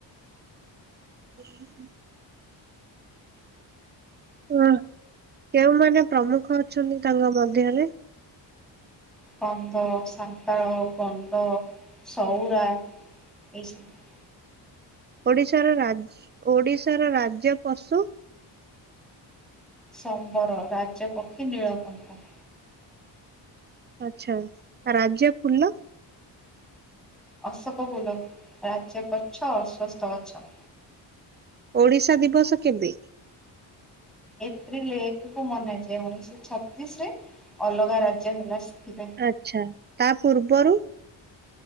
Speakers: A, on the right (about 25°); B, in the centre.
A: <inaudible> ହ କେଉଁମାନେ ପ୍ରମୁଖ ଅଛନ୍ତି ତାଙ୍କ ମଧ୍ୟରେ?
B: କନ୍ଧ, ସାନ୍ତାଳ, ଗଣ୍ଡ ସଉରା,। ଏଇ ସବୁ।
A: ଓଡିଶାର ରାଜ ଓଡିଶାର ରାଜ୍ୟ ପଶୁ?
B: ସମ୍ବର, ରାଜପକ୍ଷୀ, ନୀଳକଣ୍ଠ।
A: ଆଛା ରାଜ୍ୟ ଫୁଲ।
B: ଅଶୋକ ଫୁଲ, ରାଜ୍ୟ ଗଛ ଅଶ୍ଵସ୍ଥ ଗଛ।
A: ଓଡିଶା ଦିବସ କେବେ?
B: ଏପ୍ରିଲ ଏକକୁ ମନାଯାଏ ଉଣେଇଶ ଛତିଶ ରେ ଅଲଗା ରାଜ୍ୟ ହେଲା। ସେଥିପାଇଁ।
A: ଆଛା ତା ପୂର୍ବରୁ?